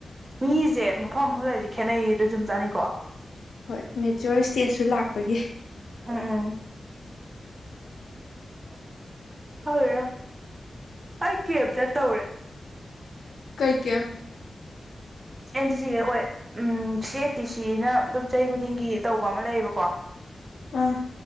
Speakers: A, on the right; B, on the left.
A: ꯃꯤꯁꯦ ꯃꯐꯝ ꯃꯐꯝ ꯂꯩꯔꯗꯤ ꯈꯦꯠꯅꯩꯗꯣ ꯆꯨꯝ ꯆꯥꯅꯤꯡꯀꯣ
B: ꯍ ꯃꯦ ꯆꯇꯦꯠꯁꯨ ꯂꯥꯛꯄꯒꯤ
A: ꯎꯝ ꯎꯝ ꯑꯣ ꯍꯦ ꯑꯩ ꯀꯦꯞ ꯆ ꯇꯧꯔꯦ
B: ꯀꯩ ꯀꯦ
A: ꯑꯦꯟ ꯁꯤꯒꯤ ꯑꯩꯈꯣꯏ ꯎꯝ ꯁꯤ ꯑꯦ ꯇꯤ ꯁꯤꯅ ꯑꯗꯨꯝ ꯆꯍꯤ ꯈꯨꯗꯤꯡꯒꯤ ꯇꯧꯕ ꯑꯃ ꯂꯩꯌꯦꯕꯀꯣ
B: ꯑꯥ